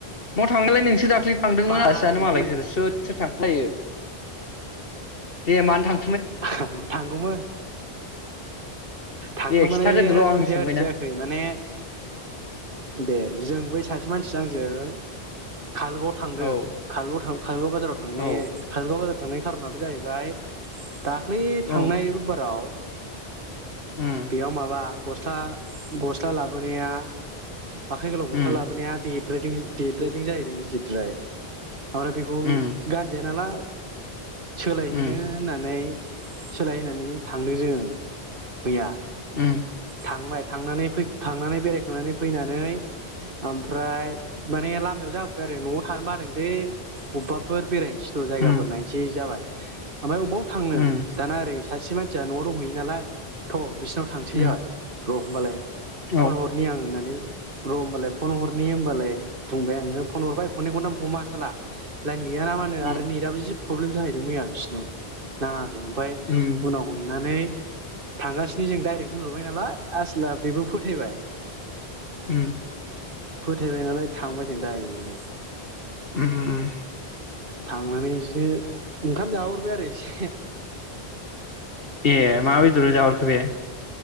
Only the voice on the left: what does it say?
म थांनोलोय नों सो थांदोंमोन
आलासि जानो मालाय स्रोथ स्रोथ थांख्लायो दे मानो थां
दे खिथाग्रोदोल' आं
सोंबायना
औ
औ
औ
उम
उम
उम
उम
उम
उम
उम
उम
औ
उम
उम
उम।
ओम ओम।
ए मा बेदरजो जाहोहरखो बे?